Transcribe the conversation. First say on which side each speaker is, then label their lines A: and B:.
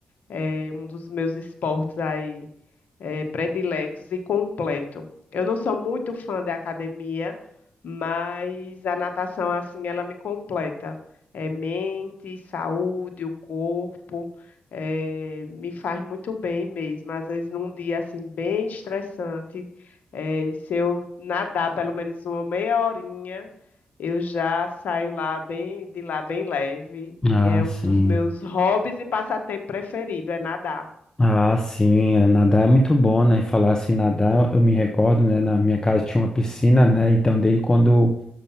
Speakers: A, on the left; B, on the left.
A: É um dos meus esportes aí eh, prediletos e completo. Eu não sou muito fã da academia, mas a natação, assim, ela me completa. É mente, saúde, o corpo, eh, me faz muito bem mesmo. Às vezes, num dia, assim, bem estressante, eh, se eu nadar pelo menos uma meia horinha, eu já saio lá bem, de lá bem leve. E
B: Ah,
A: é
B: sim.
A: um dos meus <laughs> hobbies e passatempo preferido, é nadar.
B: Ah, sim, é, nadar é muito bom, né? E Falar assim, nadar, eu me recordo, né? Na minha casa tinha uma piscina, né? Então, desde quando